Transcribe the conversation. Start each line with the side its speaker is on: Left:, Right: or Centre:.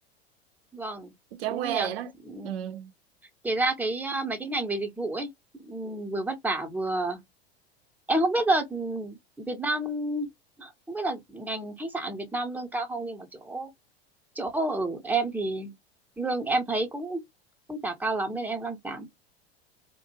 Centre: vâng
Right: chéo
Centre: đúng rồi
Right: que
Centre: nhỉ
Right: vậy đó.
Centre: Ừ.
Right: Ừ.
Centre: kể ra cái à, mấy cái ngành về dịch vụ ấy ừ, vừa vất vả vừa em không biết là ừ, Việt Nam không biết là ngành khách sạn Việt Nam lương cao không nhưng mà chỗ chỗ ở em thì lương em thấy cũng cũng chả cao lắm nên em đang giảm